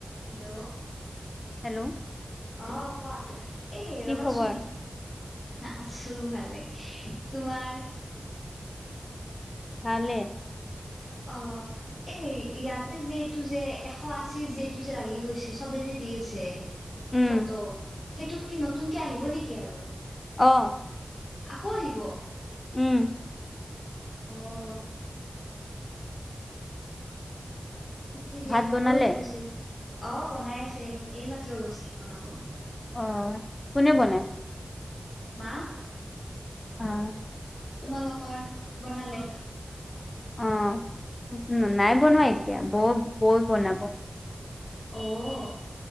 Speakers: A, on the left (about 60°); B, on the left (about 45°).
A: Hello
B: hello
A: অঁ কোৱা এই
B: কি
A: ৰবাচোন
B: খবৰ
A: আছো ভালে তোমাৰ
B: ভালে
A: অঁ এই ইয়াতে যে এইটো যে এশ আশী যে টো যে লাগি গৈছে চবে যে দি আছে
B: উম
A: ফটো সেইটোত কি নতুনকে আহিব নেকি আৰু
B: অঁ
A: আকৌ আহিব
B: উম
A: অঁ ঠিকেই দিয়া
B: ভাত
A: মোৰো
B: বনালে
A: সেইটো গুচি গৈছে অঁ বনাই আছে এইমাত্ৰ গৈছে বনাব
B: অ কোনে বনাই
A: মা
B: অঁ
A: তোমালোকৰ বনালে
B: অঁ নাই বনোৱা এতিয়া বৌ বৌ বনাব
A: অঁ